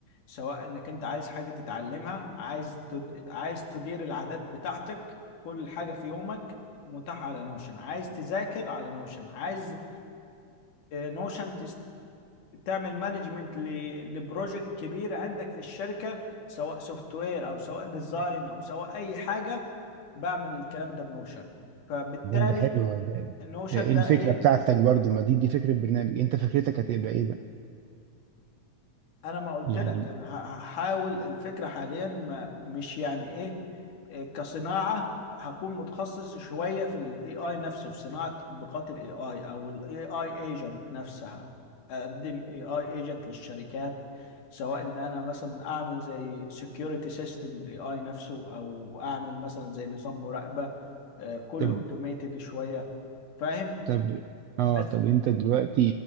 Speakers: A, on the left; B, on the right.
A: سواء انك انت عايز حاجة تتعلمها عايز تد... عايز تدير العادات بتاعتك كل حاجة في يومك متاحة على نوشن عايز تذاكر على نوشن عايز نوشن تعمل مانجمنت لبروجكت كبير عندك في الشركة سواء سوفت وير او سواء ديزاين او سواء اي حاجة بعمل الكلام ده بنوشن فبالتالي
B: طب ده حلو ده
A: النوشن
B: ده ايه
A: ده
B: الفكرة
A: ايه
B: بتاعتك برضو ما دي دي فكرة برنامج انت فكرتك هتبقى ايه بقى
A: انا ما قلت
B: يعني
A: لك انا ه- هحاول الفكره حاليا ما مش يعني ايه إيه كصناعه هكون متخصص شويه في الاي اي نفسه في صناعه تطبيقات الاي اي او الاي اي ايجنت نفسها اقدم اي اي ايجنت للشركات سواء ان انا مثلا اعمل زي سكيورتي سيستم بالاي اي نفسه او اعمل مثلا زي نظام مراقبه آه، كله
B: طب
A: اوتوميتد شويه فاهم
B: طب اه
A: بس
B: طب انت دلوقتي